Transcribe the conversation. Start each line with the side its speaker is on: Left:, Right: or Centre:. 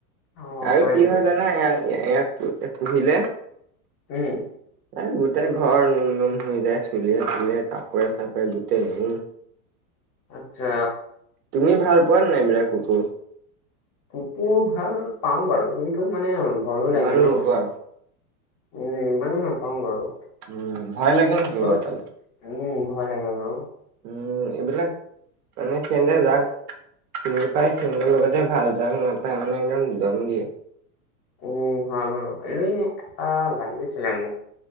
Left: অ',
Right: আৰু কি
Left: নেকি?
Right: হয় জানা, এ‌‌, ইয়াক পুহিলে
Left: উম,
Right: এই গোটেই ঘৰ নোম-নোম হৈ যায়, চুলিয়ে-তুলিয়ে কাপোৰে-চাপোৰে গোটেই নোম
Left: আচ্ছা।
Right: তুমি ভাল পোৱা নাই এই বিলাক কুকুৰ?
Left: কুকুৰ ভাল পাওঁ বাৰু, কিন্তু মানে ভয়ো
Right: ইমানো
Left: লাগে ন।
Right: নোপোৱা
Left: উম, ইমানো নাপাওঁ বাৰু।
Right: উম, ভয় লাগে <unintelligible>
Left: আৰু
Right: তালে।
Left: উম, ভয় লাগে বাৰু।
Right: উম, এইবিলাক মানে কেনে যাক চিনি পাই সিহঁতৰ লগতে ভাল, যাক নাপায় মানে একদম দম দিয়ে।
Left: উম, হয় বাৰু এই, এটা লাগছিলে মোক।